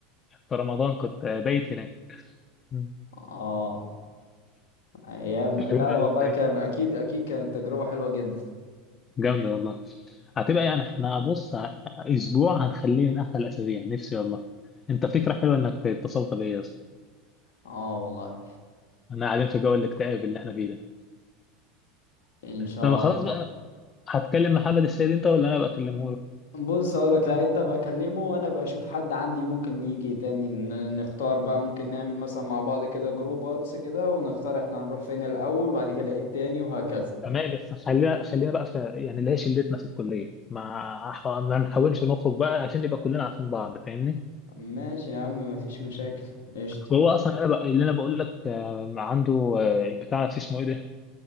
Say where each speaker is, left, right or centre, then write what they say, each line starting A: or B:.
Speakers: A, on the left; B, on the left.
A: في رمضان كنت آه، بايت هناك مم.
B: اه ايام
A: مشهورة
B: لا والله
A: أوي هناك
B: كان اكيد اكيد كانت تجربة حلوة جدا
A: جامدة والله هتبقى يعني احنا بص ه- أسبوع هنخليه من أحلى الأسابيع نفسي والله أنت فكرة حلوة إنك اتصلت بيا يا اسطى
B: اه والله
A: احنا قاعدين في جو الاكتئاب اللي احنا فيه ده
B: ان شاء
A: طب خلاص
B: الله
A: بقى هتكلم محمد السيد أنت ولا أنا بقى أكلمه له؟
B: بص هقولك لا انت بقى كلمه وانا بقى اشوف حد عندي ممكن يجي تاني ن- نختار بقى ممكن نعمل مثلا مع بعض كده جروب واتس كده ونختار احنا هنروح فين الاول وبعد كده ايه التاني وهكذا
A: تمام بس خليها خليها بقى في يعني اللي هي شلتنا في الكلية ما ما نحاولش نخرج بقى عشان نبقى كلنا عارفين بعض فاهمني؟
B: ماشي يا عم مفيش مشاكل قشطة
A: هو اصلا انا بق... اللي انا بقول لك آه، عنده آه، البتاع في اسمه ايه ده